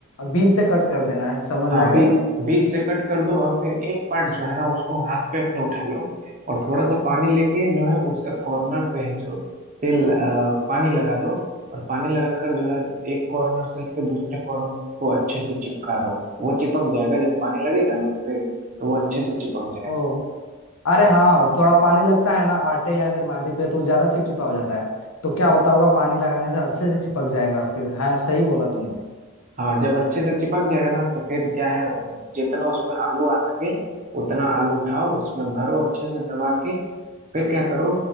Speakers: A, on the left (about 75°); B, on the right (about 35°).
A: बीच से कट कर देना है समझ
B: हाँ
A: आ
B: बीच
A: गया
B: बीच से कट कर दो और फिर एक पार्ट जो है ना उसको हाथ पे अपने उठा लो और थोड़ा सा पानी लेके जो है उसका कॉर्नर पे है जो तेल अ, पानी लगा दो और पानी लगाकर जो है एक कॉर्नर से लेकर दूसरे कॉर्नर को अच्छे से चिपका दो वो चिपक जाएगा जब पानी लगेगा ना उस पे तो वो अच्छे से चिपक जाएगा
A: ओ अरे हाँ थोड़ा पानी लगता है ना आटे या फिर मैदे पे तो ज्यादा चिपचिपा हो जाता है तो क्या होता होगा पानी लगाने से अच्छे से चिपक जाएगा फिर हाँ सही बोला तुमने
B: हाँ जब अच्छे से चिपक जाएगा ना तो फिर क्या है जितना उसमें आलू आ सके उतना आलू उठाओ उसमें भरो अच्छे से दबा के फिर क्या करो